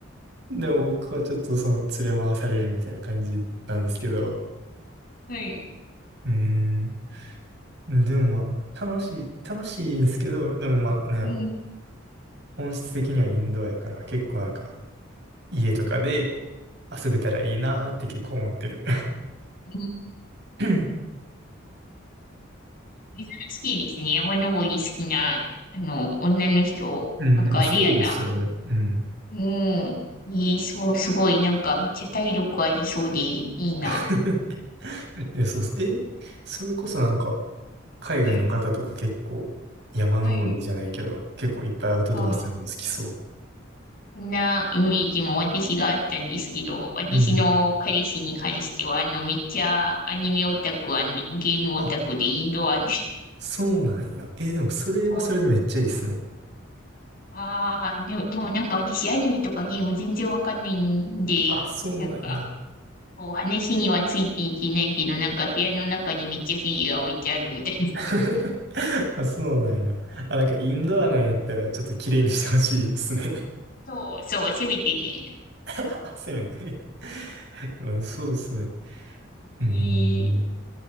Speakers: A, on the right; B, on the left.
A: でも僕はちょっとその連れ回されるみたいな感じなんですけど。
B: はい。
A: うーん。でもまあ、楽しい、楽しいんですけど、でもまあ、なんやろ。
B: うん。
A: 本質的にはインドアやから、結構なんか、家とかで遊べたらいいなーって結構思ってる。
B: うん
A: <clears throat>
B: 珍しいですね。山登り好きな、あの、女の人。
A: うん、
B: なんかレアな。
A: そうですよね。うん。
B: うん。えー、そう、すごい。なんかめっちゃ体力ありそうでいいな。
A: <laughs> いや、そうそう。え、それこそなんか、海外の方とか結構、
B: はい。
A: 山登りじゃないけど、
B: はい。
A: 結構いっぱいアウトドアするの好きそ
B: あ、そんなイメージも私があったんですけど、私の彼氏に関しては、
A: う。うん。
B: あの、めっちゃアニメオタクゲームオタクでインドアに。
A: あ、そうなんや。え、でもそれはそれでめっちゃいいっすね。
B: そう。ああ、でも、でもなんか私アニメとかゲーム全然わかんないんで、
A: あ、そうなんや。
B: なんか、こう話にはついていけないけど、なんか部屋の中にめっちゃフィギュア置いてあるみたいな。
A: <laughs> あ、そうなんや。あ、なんかインドアなんやったらちょっと綺麗にしてほしいですね。
B: そう、そう、そう、せめてね。
A: <laughs> せめて <laughs> まあ、そうですね。うーん。
B: えー、